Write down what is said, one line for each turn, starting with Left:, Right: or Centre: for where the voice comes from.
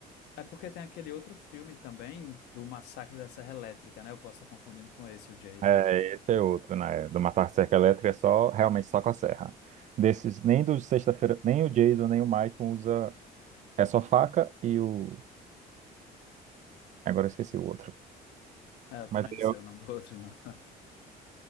Left: é porque tem aquele outro filme também do Massacre da Serra Elétrica, né? Eu posso estar confundindo com esse, o Jason.
Right: É, esse é outro, né? Do Massacre da Serra Elétrica é só, realmente só com a serra. Desses, nem do Sexta-feira, nem o Jason, nem o Michael usa, é só faca e o... Agora eu esqueci o outro.
Left: É, eu
Right: Mas
Left: também
Right: eu...
Left: não sei o nome do outro, não. <laughs>